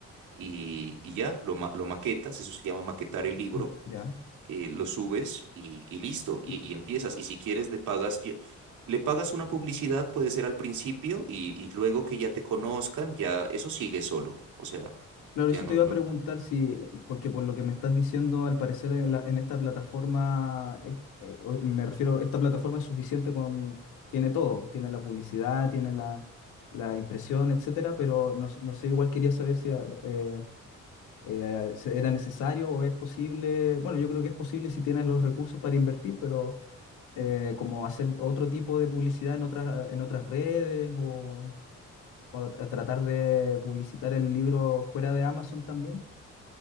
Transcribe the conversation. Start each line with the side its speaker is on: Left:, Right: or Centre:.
Right: y, y ya lo, ma- lo maquetas, eso se llama maquetar el libro
Left: no, Ya.
Right: eh, lo subes y, y listo,
Left: Y,
Right: y, y empiezas. Y si quieres, le pagas, y- le pagas una publicidad, puede ser al principio, y, y luego que ya te conozcan, ya eso sigue solo. O sea,
Left: claro, eso
Right: ya no,
Left: te iba
Right: no.
Left: a preguntar si, porque por lo que me estás diciendo, al parecer en la- en esta plataforma, eh, eh, o- me refiero, esta plataforma es suficiente con, tiene todo, pues tiene la publicidad, tiene la, la impresión, etcétera, pero no, s- no sé, igual quería saber si eh, eh, se- ¿era necesario o es posible? Bueno, yo creo que es posible si tienes los recursos para invertir, pero eh, como hacer otro tipo de publicidad en otras, en otras redes o, o a tratar de publicitar el libro fuera de Amazon también.